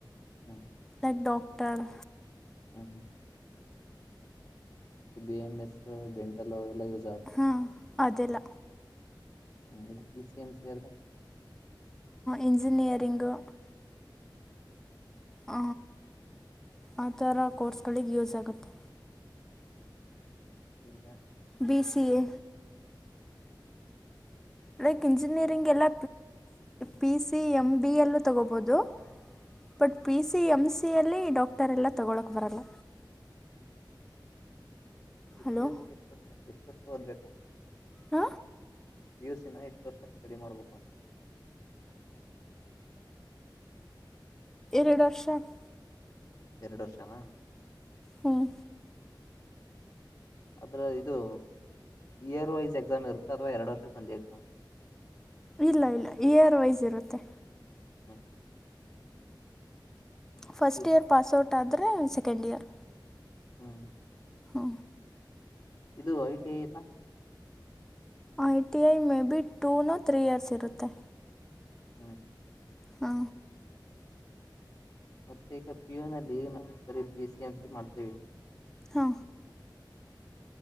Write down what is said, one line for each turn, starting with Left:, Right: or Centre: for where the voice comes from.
Left: ಹ್ಮ್
Centre: ಲೈಕ್ ಡಾಕ್ಟರ್
Left: ಹ್ಮ್ ಹ್ಮ್ B M S dental use ಆಗುತ್ತೆ
Centre: ಹಾ ಅದೆಲ್ಲ
Left: ಹ್ಮ ಇದು ಪಿ ಸಿ ಎಂ ಸಿ ಆದ್ರೆ
Centre: ಇಂಜಿನಿಯರಿಂಗು ಹ ಆಥರ ಕೋರ್ಸ್ಗಳಿಗೆ ಯೂಸ್ ಆಗುತ್ತೆ
Left: ನ್ನ <inaudible>
Centre: ಬಿ ಸಿ ಎ
Left: ಹ್ಮ್
Centre: ಲೈಕ್ ಇಂಜಿನಿಯರಿಂಗ್ ಎಲ್ಲ ಪಿಸಿ ಎಂ ಬಿಿಯಲ್ಲೂ ತಗೋಬೋದು ಬಟ್ ಪಿ ಸಿ ಎಮ್ಸಿಯಲ್ಲಿ ಡಾಕ್ಟರೆಲ್ಲ ತೊಗೊಳಕ್ಕೆ ಬರೋಲ್ಲ
Left: <inaudible> ಷ
Centre: ಹಲೋ
Left: ಎಷ್ಟು ವರ್ಷವ್ಬೇಕು
Centre: ಹ
Left: ಪಿ ಯುಸಿನ ಎಷ್ಟು ವರ್ಷ ಸ್ಟಡಿ ಮಾಡ್ಬೇಕು ಅಂತ
Centre: ರದರ್ಶನ್
Left: ಎರಡು ವರ್ಷನಾ
Centre: ಹ್ಮ್
Left: ಅದ್ರ ಇದು ಇಯರ್ ವೈಸ್ ಎಕ್ಸಾಮ್ ಇರ್ತ್ತ ಅಥವಾ ಎರಡು ವರ್ಷ ಸಂಜೆ ಎಕ್ಸಾಮ್
Centre: ಇಲ್ಲ ಇಲ್ಲ ಏಯರ್ ವೈಸ್ ಇರುತ್ತೆ
Left: ಹ್ಮ್ ಹ್ಮ್
Centre: first
Left: P U
Centre: year
Left: C
Centre: pass out ಆದರೆ ಸೆಕೆಂಡ್ ಇಯರ್
Left: ಹ್ಮ್
Centre: ಹಾ
Left: ಇದು ಐ ಟಿ ಐ ಇಲ್ಲ
Centre: I T I may be two no three years ಇರುತ್ತೆ
Left: ಹ್ಮ್ ಹ್ಮ್
Centre: ಹಾ
Left: ಮತ್ತೀಗ ಪಿಯೋನಲ್ಲಿ ಈಗ ನಾವು ಸರಿ ಪಿಸಿಎಂಸಿ ಮಾಡ್ತೇವೆ
Centre: ಹಾ